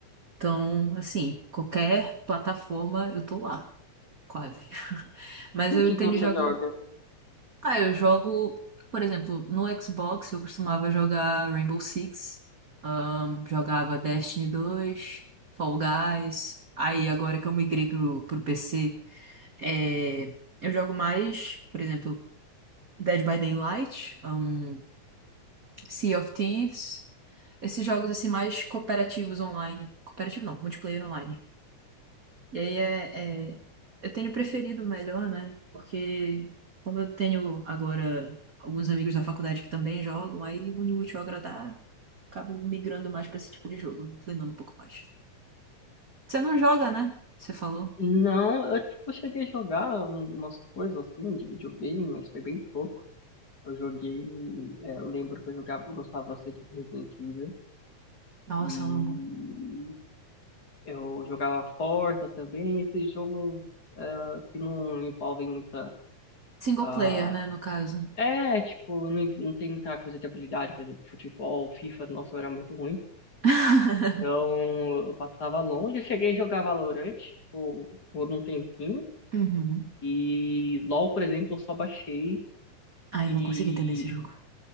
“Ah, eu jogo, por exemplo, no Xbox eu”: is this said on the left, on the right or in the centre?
Right